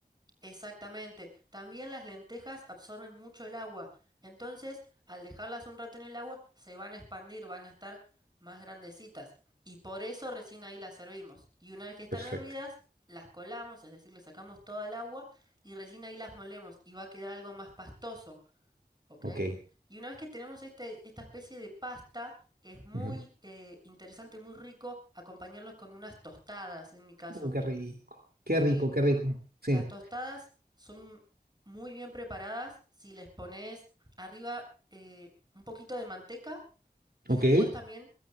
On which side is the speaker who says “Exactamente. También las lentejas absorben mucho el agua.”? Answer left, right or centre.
Right